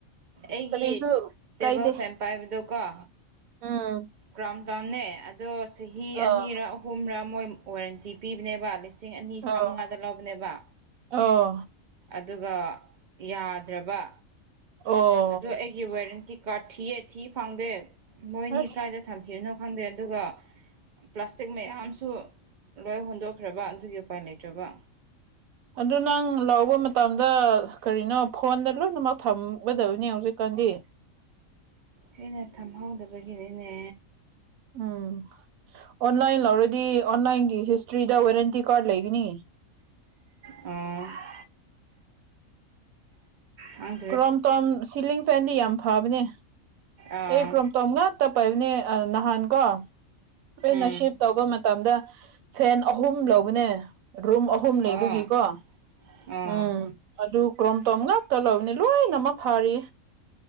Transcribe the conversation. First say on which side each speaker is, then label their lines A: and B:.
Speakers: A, on the right; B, on the right.
A: ꯑꯩꯒꯤ
B: ꯀꯔꯤꯁꯨ
A: ꯇꯦꯕꯜ
B: ꯀꯥꯏꯗꯦ
A: ꯐꯦꯟ ꯄꯥꯏꯕꯗꯣꯀꯣ
B: ꯎꯝ
A: ꯀ꯭ꯔꯥꯎꯟ ꯇꯥꯎꯟꯅꯦ ꯑꯗꯣ ꯆꯍꯤ
B: ꯑꯥ
A: ꯑꯅꯤꯔꯥ ꯑꯍꯨꯝꯔꯥ ꯃꯣꯏ ꯋꯥꯔꯦꯟꯇꯤ ꯄꯤꯕꯅꯦꯕ ꯃꯦꯁꯤ ꯂꯤꯁꯤꯡ ꯑꯅꯤ ꯆꯥꯃꯉꯥꯗ
B: ꯑꯥ
A: ꯂꯧꯕꯅꯦꯕ
B: ꯑꯣ
A: ꯑꯗꯨꯒ ꯌꯥꯗ꯭ꯔꯕ
B: ꯑꯣ
A: ꯑꯗꯣ ꯑꯩꯒꯤ ꯋꯥꯔꯦꯟꯇꯤ ꯀꯥꯔꯗ ꯊꯤꯌꯦ ꯊꯤ ꯐꯪꯗꯦ ꯃꯣꯏꯅꯤ
B: ꯑꯁ
A: ꯀꯥꯏꯗ ꯊꯝꯈꯤꯕꯅꯣ ꯈꯪꯗꯦ ꯑꯗꯨꯒ ꯄ꯭ꯂꯥꯁꯇꯤꯛ ꯃꯌꯥꯝꯁꯨ ꯂꯣꯏ ꯍꯨꯟꯗꯣꯛꯈ꯭ꯔꯕ ꯑꯗꯨꯒꯤ ꯎꯄꯥꯏ ꯂꯩꯇ꯭ꯔꯕ
B: ꯑꯗꯨ ꯅꯪ ꯂꯧꯕ ꯃꯇꯝꯗ ꯀꯔꯤꯅꯣ ꯐꯣꯟꯗ ꯂꯣꯏꯅꯃꯛ ꯊꯝꯒꯗꯕꯅꯤ ꯍꯧꯖꯤꯛꯀꯥꯟꯗꯤ
A: ꯑꯩꯅ ꯊꯝꯍꯧꯗꯕꯒꯤꯅꯤꯅꯦ
B: ꯎꯝ ꯑꯣꯟꯂꯥꯏꯟ ꯂꯧꯔꯗꯤ ꯑꯣꯟꯂꯥꯏꯟꯒꯤ ꯍꯤꯁꯇ꯭ꯔꯤꯗ ꯋꯥꯔꯦꯟꯇꯤ ꯀꯥꯔꯗ ꯂꯩꯒꯅꯤ
A: ꯑꯝ ꯑ
B: ꯀ꯭ꯔꯣꯝꯇꯣꯝ ꯁꯤꯂꯤꯡ ꯐꯦꯟꯗꯤ ꯌꯥꯝ ꯐꯕꯅꯦ
A: ꯑꯥ
B: ꯑꯦ ꯀ꯭ꯔꯣꯝ ꯇꯣꯝ ꯉꯥꯛꯇ ꯄꯥꯏꯕꯅꯦ ꯅꯍꯥꯟ ꯀꯣ ꯈꯣꯏꯅ
A: ꯎꯝ
B: ꯍꯤꯞ ꯇꯧꯕ ꯃꯇꯝꯗ ꯐꯦꯟ ꯑꯍꯨꯝ ꯂꯧꯕꯅꯦ꯫ ꯔꯨꯝ ꯑꯍꯨꯝ ꯂꯩꯕꯒꯤꯀꯣ
A: ꯑꯣ ꯑꯣ
B: ꯎꯝ ꯑꯗꯨ ꯀ꯭ꯔꯣꯝꯇꯣꯝ ꯉꯥꯛꯇ ꯂꯕꯅꯤ ꯂꯣꯏꯅ ꯑꯃꯃꯛ ꯐꯥꯔꯤ